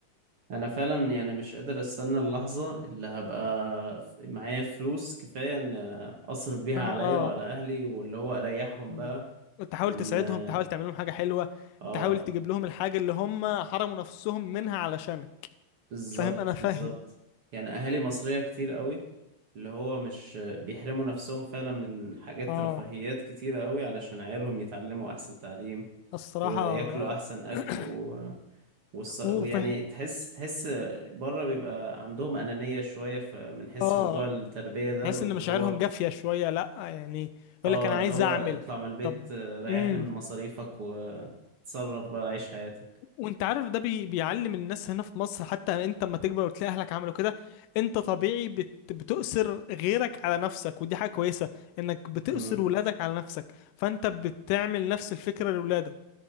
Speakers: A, on the right; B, on the left.
A: انا فعلا يعني مش قادر استنى اللحظه اللي هبقى ف- معايا فلوس كفايه ان اصرف بيها
B: إن انا
A: عليا
B: اه
A: وعلى اهلي واللي هو اريحهم
B: مم.
A: بقى
B: تحاول
A: من
B: تساعدهم
A: اه
B: تحاول تعمل لهم حاجه حلوه
A: آه،
B: تحاول تجيب لهم الحاجه اللي هم حرموا نفسهم منها علشانك
A: بالظبط
B: فاهم انا فاهم
A: بالظبط يعني اهالي مصرية كتير قوي اللي هو مش بيحرموا نفسهم فعلا من حاجات
B: اه
A: رفاهيات كتيرة قوي علشان عيالهم يتعلموا احسن تعليم
B: الصراحه
A: وياكلوا احسن اكل
B: <coughs>
A: و... والص... ويعني
B: وفاهم
A: تحس تحس بره بيبقى عندهم أنانية شوية في من حيث
B: اه
A: موضوع التربية ده
B: تحس
A: واللي
B: ان مشاعرهم
A: هو
B: جافيه شويه لا يعني يقول
A: اه
B: لك انا
A: اللي
B: عايز
A: هو
B: اعمل
A: اطلع من البيت
B: طب
A: آه، ريحنا
B: امم
A: من مصاريفك وتصرف بقى عيش حياتك
B: وانت عارف ده بي... بيعلم الناس هنا في مصر حتى انت اما تكبر وتلاقي اهلك عملوا كده انت طبيعي بت... بتؤثر غيرك على نفسك ودي حاجة كويسة انك بتؤثر
A: امم
B: ولادك على نفسك فانت بتعمل نفس الفكرة لولادك